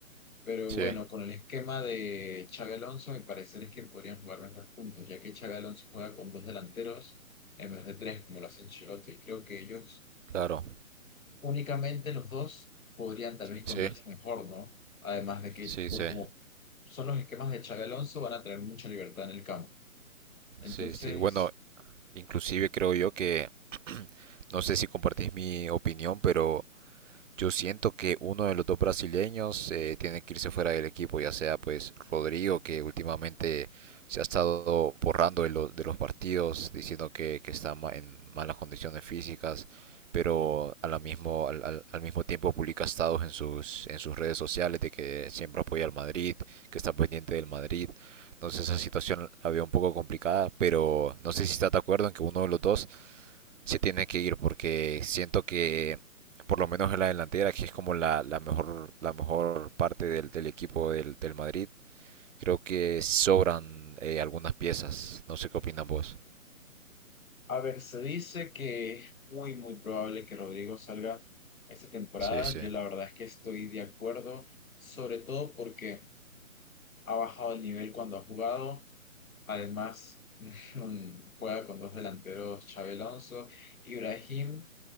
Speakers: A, on the left; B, on the right.
A: pero
B: sí,
A: bueno, con el esquema de Xabi Alonso, mi parecer es que podrían jugar mejor juntos, ya que Xabi Alonso juega con dos delanteros en vez de tres, como lo hace Ancelotti. Y creo que ellos,
B: claro,
A: únicamente los dos, podrían tal vez encontrarse
B: sí,
A: mejor, ¿no? Además de que,
B: sí,
A: por
B: sí,
A: como son los esquemas de Xabi Alonso, van a tener mucha libertad en el campo. Entonces,
B: sí, sí. Bueno, inclusive creo yo que, no sé si compartís mi opinión, pero Yo siento que uno de los dos brasileños eh, tiene que irse fuera del equipo, ya sea pues Rodrigo, que últimamente se ha estado borrando de, lo- de los partidos, diciendo que, que está ma- en malas condiciones físicas, pero a la mismo, al, al- al mismo tiempo publica estados en sus, en sus redes sociales de que siempre apoya al Madrid, que está pendiente del Madrid. Entonces esa situación la veo un poco complicada, pero no sé si estás de acuerdo en que uno de los dos se tiene que ir porque siento que por lo menos en la delantera, que es como la, la mejor, la mejor parte del, del equipo del, del Madrid, creo que sobran eh, algunas piezas. No sé qué opinan vos.
A: a ver, se dice que es muy, muy probable que Rodrigo salga esta temporada.
B: Sí, sí,
A: Yo la verdad es que estoy de acuerdo, sobre todo porque ha bajado el nivel cuando ha jugado. Además, <laughs> juega con dos delanteros, Xabi Alonso. Ibrahim,